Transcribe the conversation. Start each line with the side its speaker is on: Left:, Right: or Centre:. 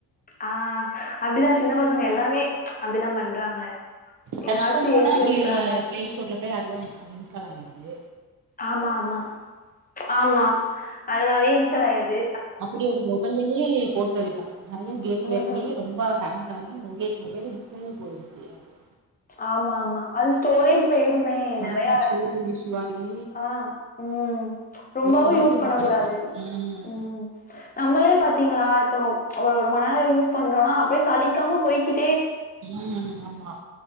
Left: ஆஹ் அப்டிதான் சின்ன பசங்க எல்லாமே அப்டிதான் பண்றாங்க
Right: சர்ச்
Left: ஏதாச்சும்
Right: பண்ணோனே
Left: ஏத்தி
Right: அது
Left: வச்சுக்கறாங்க
Right: பிளே ஸ்டோர்ல போய் அதுவா அன்இன்ஸ்டால் ஆகிருது
Left: ஆமா ஆமா ஆமா அதுவ யின் லாயது
Right: அப்டி ஒரு மொபைல்லயே போட்டுத நெறைய கேம்
Left: ம்
Right: ஏத்தி
Left: ம்
Right: ரொம்பஹ ஆ மொ மொபைல் டிஸ்பிளே போயிருச்சு எனக்கு
Left: ஆமா ஆமா அது ஸ்டோரேஜ் போயிருமே நெ
Right: ஆ ஸ்டோரேஜ் இஷ்யூ ஆகி
Left: ஆஹ உம் ரொம்பவு
Right: ஒரு செல்லு
Left: யூஸ்
Right: இது
Left: பண்ண
Right: பண்ணிட்டே
Left: கூடாது
Right: ம்
Left: உ நம்மளே பாத்தீங்களா இப்ப ரொம்ப ச் ஒரு ஒரு மண் யூஸ் பண்றோம்னா அப்படியே சலிக்காம போய்கிட்
Right: ம் ஆமா